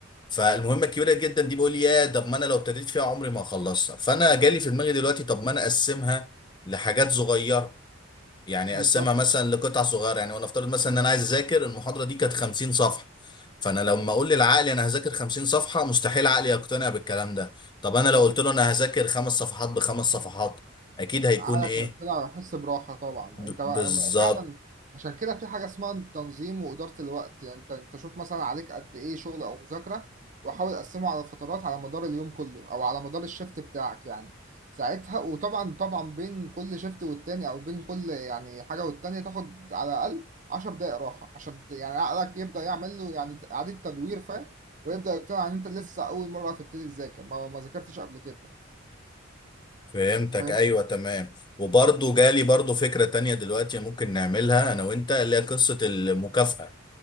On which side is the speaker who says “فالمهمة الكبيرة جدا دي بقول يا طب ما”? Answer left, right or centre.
Left